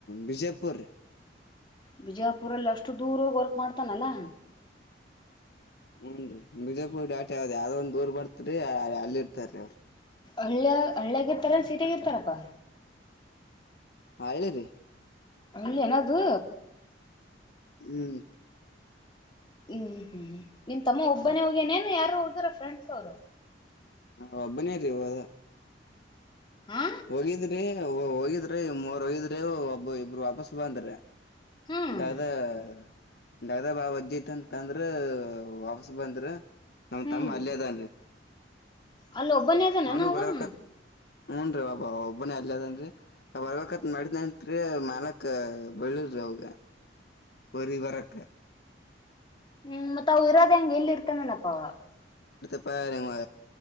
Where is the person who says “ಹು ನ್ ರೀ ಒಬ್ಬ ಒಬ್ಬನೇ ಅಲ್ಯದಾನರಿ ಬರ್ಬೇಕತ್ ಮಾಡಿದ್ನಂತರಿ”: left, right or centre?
Left